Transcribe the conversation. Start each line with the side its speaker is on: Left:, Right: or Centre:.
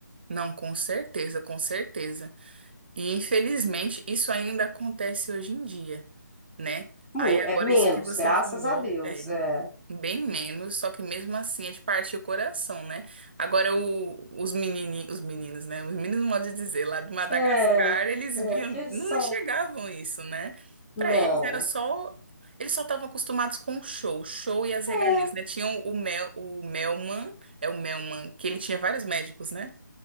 Right: Não, com certeza, com certeza. E infelizmente isso ainda acontece hoje em dia, né?
Centre: Mu-
Right: Aí agora
Centre: É menos,
Right: isso que você
Centre: graças
Right: falou,
Centre: a Deus.
Right: é.
Centre: É,
Right: Bem menos, só que mesmo assim é de partir o coração, né? Agora, o- os menininhos, os meninos, né? Os meninos, modo de dizer, lá de Madagascar,
Centre: é,
Right: eles
Centre: é
Right: viam,
Centre: porque eles
Right: não
Centre: são.
Right: enxergavam isso, né?
Centre: Não.
Right: Para eles era só, eles só estavam acostumados com o show, o show e as regalias,
Centre: É,
Right: né? Tinham o Mel, o Melman, é o Melman, que ele tinha vários médicos, né?